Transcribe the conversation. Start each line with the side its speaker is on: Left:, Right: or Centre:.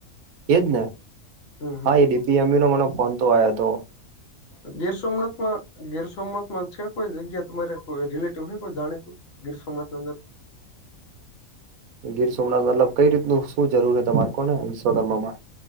Right: એજ ને,
Left: હમ હમ
Right: હા
Left: હમ
Right: એ ડી પી એમ એનો મને ફોન તો આયોતો.
Left: ગીર સોમનાથમાં ગીર સોમનાથમાં છે કોઈ જગ્યા તમારે કોઈ રિલેટિવ હોય કોઈ જાણીતું ગીર સોમનાથની અંદર?
Right: ગીર સોમનાથ મતલબ કઈ રીતનું શું જરૂર હે તમાર કોને વિશ્વકર્મામાં?